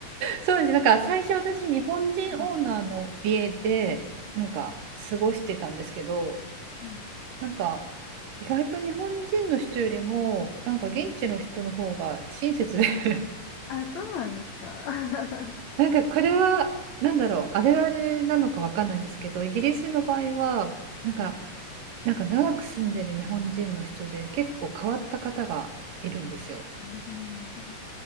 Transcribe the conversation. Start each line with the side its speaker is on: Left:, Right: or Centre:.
Right: そうです。なんか最初私、日本人オーナーの家で、
Left: <laughs> はい
Right: なんか過ごしてたんですけど、
Left: うん
Right: なんか意外と日本人の人よりもなんか現地の人の方が親切で
Left: うん
Right: <laughs>
Left: あ、そうなんですか。<laughs> な
Right: なんかこれはなんだろうあれあれなのかわかんないんですけどイギリスの場合はなんかなんか長く住んでる日本人の人で結構変わった方がいるんですよ。
Left: るほどなるほど